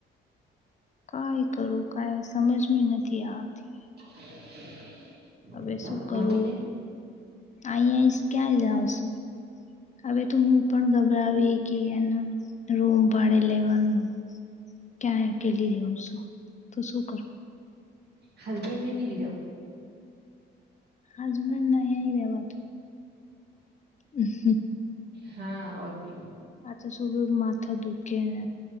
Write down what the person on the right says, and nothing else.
<inaudible>
મમ્મી
ને
હસબેન્ડ ને લીધો.
હા, કે.